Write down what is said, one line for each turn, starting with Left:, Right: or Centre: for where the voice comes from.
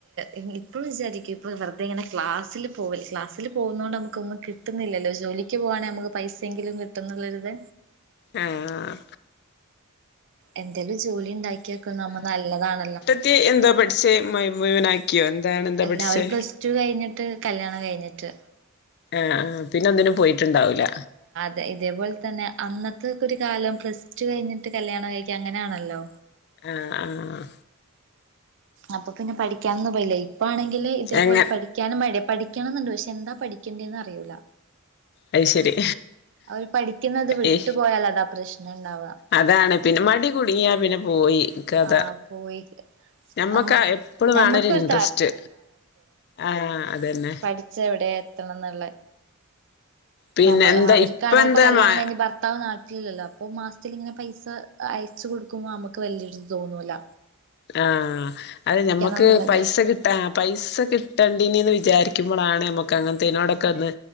Right: ഇഇ ഇപ്പോവിചാരിക്കും ഇപ്പോ വെറുതെങ്ങനെ ക്ലാസില് പോവല്ലെ ക്ലാസ്സിൽ പോവുന്നോണ്ട് നമുക്കൊന്നും കി കിട്ടുന്നില്ലല്ലോ ജോലിക്ക് പോവാണെങ്കി നമക്ക് പൈസെങ്കിലും കിട്ടുന്നുള്ളരുത്
Left: ആഹ്
Right: എന്തേലും ജോലി ഉണ്ടാക്കിയേക്കു നമ്മ നല്ലതാണല്ലോ.
Left: ത്തി എന്താ പഠിച്ചേ മുഴ് മുഴുവനാ ക്കിയോ എന്താണ് എന്താ
Right: എല്ലാവരും
Left: പഠിച്ചേ
Right: പ്ലസ് ടു കഴിഞ്ഞിട്ട് കല്യാണം കഴിഞ്ഞിട്ട്.
Left: ആഹ് ആഹ് പിന്നെന്തിനും പോയിട്ടുണ്ടാവൂല.
Right: തെ ഇതേപോലെ തന്നെ അന്നത്തെക്കൊരു കാലം പ്ലസ് ടു കഴിഞ്ഞിട്ട് കല്യാണം കഴിക്ക അങ്ങനാണല്ലോ.
Left: ആഹ് ആഹ് ആഹ്
Right: അപ്പൊ പിന്നെ പഠിക്കനൊന്നും പോയില്ലേ ഇപ്പ ആണെങ്കില് ഇതേപോലെ
Left: എങ്ങ
Right: പഠി ക്കാനുംമടി പഠിക്കണന്നുണ്ട് പക്ഷെ എന്താ പഠിക്കേണ്ടിന്ന് അറിയൂല്ല.
Left: അത് ശരി
Right: അവരു പഠിക്കുന്നത് വിട്ടുപോയലതാ
Left: ഏ
Right: പ്രശ്നണ്ടാവാ.
Left: അതാണ് പിന്നെ മടി കുടുങ്ങിയാ പിന്നെ പോയീ കഥ.
Right: ആഹ് പോയി
Left: ഞമ്മക്ക
Right: നമ്മ
Left: എപ്പളും
Right: ഞമ്മക്കൊരു
Left: വേണൊരു ഇൻട്രസ്റ്റ്. ആഹ് അതന്നെ
Right: പഠിച്ചവിടെ എത്തണന്നുള്ളെ
Left: പിന്നെ
Right: നമ്മ്
Left: എന്താ
Right: അവർക്കാണെങ്കിപൊ
Left: ഇപ്പ എന്താ
Right: കല്യാണ
Left: മ
Right: കഴിഞ്ഞ് ഭർത്താവ് നാട്ട് ട്ടില്ലല്ലോ അപ്പൊ മാസത്തിലിങ്ങനെ പൈസ അയച്ച് കൊടുക്കുമ്പോ നമുക്ക് വല്യയൊരുത് തോന്നൂല്ല.
Left: ആഹ് അത് ഞമ്മക്ക്
Right: എന്നുള്ളത്
Left: പൈസ കി ആഹ് പൈസ കിട്ടണ്ടിനിന്ന് വിചാരിക്കുമ്പളാണ് നമ്മക്ക് അങ്ങനെത്തിനോടൊക്കൊന്ന്